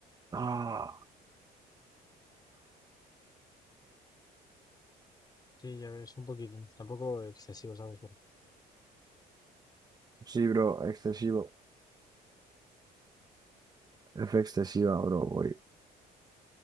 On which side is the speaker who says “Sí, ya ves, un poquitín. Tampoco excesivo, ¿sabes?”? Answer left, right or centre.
Left